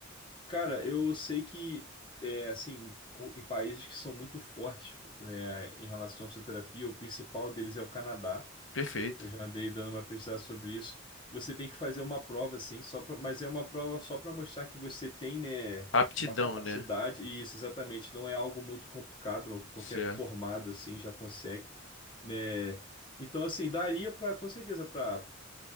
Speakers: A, on the left; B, on the left.
A: Cara, eu sei que, é, assim, o- em países que são muito fortes, né, em relação à fisioterapia, o principal deles é o Canadá.
B: Perfeito.
A: Eu já andei dando uma pesquisada sobre isso. Você tem que fazer uma prova, assim, só pra, mas é uma prova só para mostrar que você tem, né,
B: Aptidão,
A: uma capacidade,
B: né?
A: e isso exatamente não é algo muito complicado, qualquer
B: Certo.
A: formado, assim, já consegue, né. Então, assim, daria para, com certeza, para